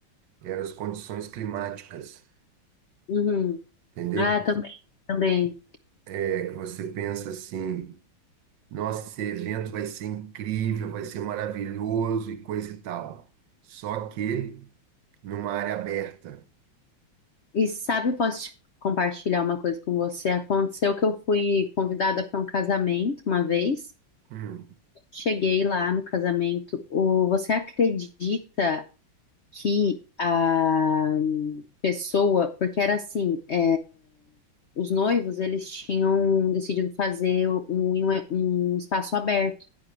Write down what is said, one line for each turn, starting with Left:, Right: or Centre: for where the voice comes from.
Right: eram as condições climáticas,
Left: Uhum.
Right: entendeu?
Left: Ah, também, também.
Right: É que você pensa assim, Nossa, esse evento vai ser incrível, vai ser maravilhoso e coisa e tal. Só que numa área aberta.
Left: E sabe, posso te compartilhar uma coisa com você? Aconteceu que eu fui convidada para um casamento uma vez.
Right: Hum,
Left: Cheguei lá no casamento. O, você acredita? que a pessoa, porque era assim, é, os noivos eles tinham decidido fazer um, um um espaço aberto,